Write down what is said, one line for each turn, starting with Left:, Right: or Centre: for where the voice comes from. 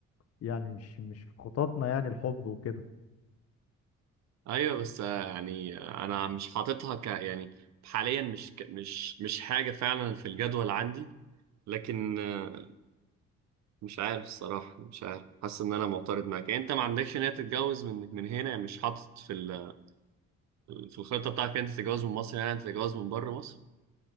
Left: يعني مش مش في خططنا يعني الحب وكده
Right: ايوه بس آه، يعني آه، انا مش حاططها ك يعني حاليا مش ك... مش مش حاجه فعلا في الجدول عندي لكن آه، مش عارف الصراحه مش عارف حاسس ان انا معترض معاك يعني انت ما عندكش نيه تتجوز من من هنا يعني مش حاطط في ال... في الخطه بتاعتك انت تتجوز من مصر يعني انت تتجوز من بره مصر